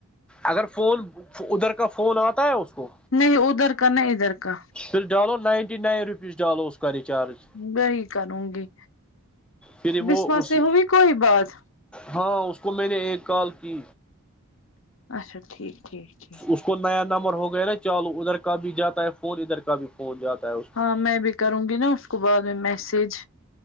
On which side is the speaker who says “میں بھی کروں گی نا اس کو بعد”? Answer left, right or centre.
Left